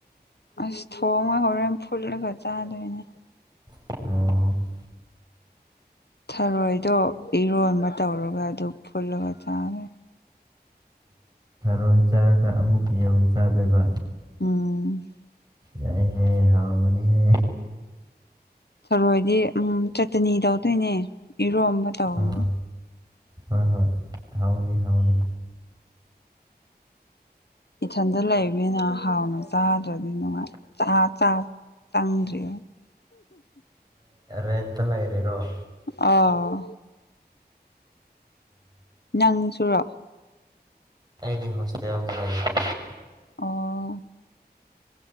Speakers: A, on the left; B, on the right.
A: ꯑꯁ ꯊꯣꯡꯉꯣꯢ ꯍꯣꯔꯦꯟ ꯐꯨꯠꯂꯒ ꯆꯥꯗꯣꯏꯅꯦ
B: ꯑꯣ ꯑꯁ
A: ꯊꯔꯣꯏꯗꯣ ꯏꯔꯣꯟꯕ ꯇꯧꯔꯒ ꯑꯗꯨꯝ ꯐꯨꯜꯂꯒ ꯆꯥꯗꯨꯢꯅꯦ
B: ꯃꯔꯣꯏ ꯆꯥꯔꯒ ꯑꯃꯨꯛ ꯌꯦꯔꯣꯝ ꯆꯥꯗꯣꯏꯕ
A: ꯑꯝ
B: ꯌꯥꯏ ꯍꯦ ꯍꯥꯎꯒꯅꯤ ꯍꯦ
A: ꯊꯔꯣꯏꯗꯤ ꯎꯝ ꯆꯇꯅꯤ ꯇꯧꯗꯣꯏꯅꯦ ꯏꯔꯣꯝꯕ ꯇꯧꯅꯤ
B: ꯑꯣ ꯍꯣꯏ ꯍꯣꯏ ꯍꯥꯎꯅꯤ ꯍꯥꯎꯅꯤ
A: ꯏꯊꯟꯗ ꯂꯩꯕꯅꯤꯅ ꯍꯥꯎꯅ ꯆꯥꯗ꯭ꯔꯗꯤ ꯅꯨꯡꯉꯥꯏ <unintelligible> <unintelligible> ꯆꯪꯗ꯭ꯔꯤ
B: ꯔꯦꯟꯇ ꯂꯩꯔꯤꯔꯣ
A: ꯑꯥꯎ ꯅꯪ ꯁꯨꯔꯣ
B: ꯑꯩ ꯍꯣꯁꯇꯦꯜꯗ ꯂꯩꯍꯦ
A: ꯑꯣ